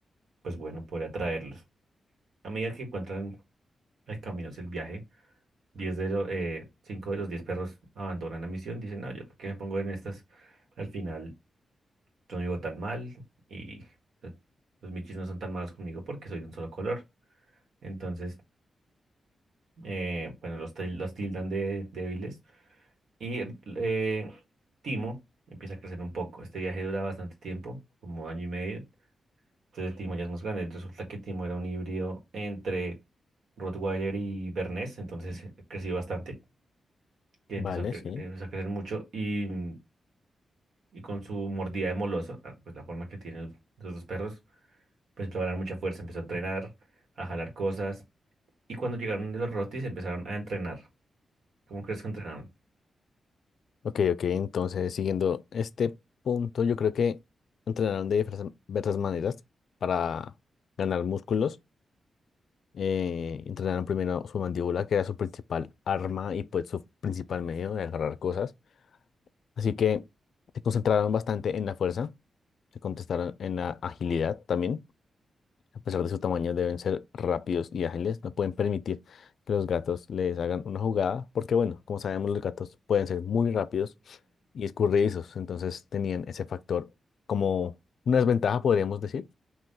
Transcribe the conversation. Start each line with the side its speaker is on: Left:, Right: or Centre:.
Right: pues bueno, pudiera traerlos. A medida que encuentran el camino hacia el viaje, diez de los, eh, 5 de los 10 perros abandonan la misión. Dicen, no, yo, ¿por qué me pongo en estas? Al final, yo no vivo tan mal y... eh, Los michis no son tan malos conmigo porque soy de un solo color. Entonces eh, bueno, los, til- los tildan de débiles. Y eh, eh, Timo empieza a crecer un poco. Este viaje dura bastante tiempo, como año y medio. Entonces Timo ya es más grande. Resulta que Timo era un híbrido entre Rottweiler y Bernés, entonces eh, creció bastante, que
Left: Vale,
Right: empezó a, cre-
Left: sí.
Right: empezó a crecer mucho y, mm, y con su mordida de moloso, ah, pues la forma que tienen los dos perros, pues empezó a ganar mucha fuerza, empezó a entrenar, a jalar cosas. Y cuando llegaron de los Rottis empezaron a entrenar. ¿Cómo crees que entrenaron?
Left: Ok, ok, entonces siguiendo este punto, yo creo que entrenarán de diversas diversas maneras para ganar músculos eh, entrenaron primero su mandíbula, que era su principal arma y pues su principal medio de agarrar cosas. Así que se concentraron bastante en la fuerza, se contestaron en la agilidad también. A pesar de su tamaño, deben ser rápidos y ágiles. No pueden permitir que los gatos les hagan una jugada, porque bueno, como sabemos, los gatos pueden ser muy rápidos y escurridizos. Entonces tenían ese factor como una desventaja, podríamos decir.